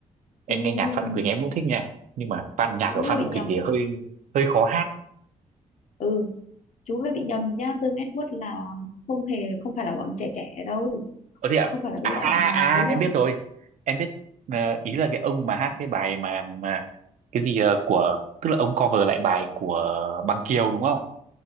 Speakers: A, on the right; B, on the left.
A: em
B: Ừ,
A: nghe nhạc Phan Mạnh Quỳnh em cũng thích nha nhưng mà Phan nhạc
B: chú
A: của
B: hơi
A: Phan
B: bị
A: Mạnh Quỳnh
B: nhầm
A: thì hơi hơi khó hát
B: ừ chú hơi bị nhầm nhá Dương Edward là không hề không phải là bọn trẻ trẻ đâu
A: Ờ thế ạ?
B: không phải là cái
A: À?
B: bọn
A: à
B: à,
A: à
B: ấy đâu
A: em biết rồi. Em biết ờ, ý là cái ông mà hát cái bài mà mà cái gì ờ, của tức là ông cover lại bài của Bằng Kiều đúng không?